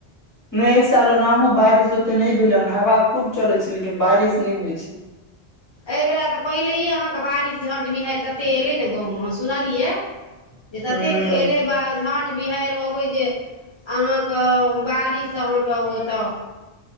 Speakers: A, on the left; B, on the left.
A: नहि एहि साल ओनाहु बारिश ओते नहि भेले हन हवा खूब चले छै लेकिन बारिश नहि होइ छै
B: एहिबेर तऽ पहिलहिे अहाँके बारिश झट बिहारड़ि तते एयलै ने गाँवमे सुनलियै जे ततेक
A: हूं
B: एलै बा झाँट बिहारि अबै जे अहाँके बाड़ीसँ अहाँके ओतऽ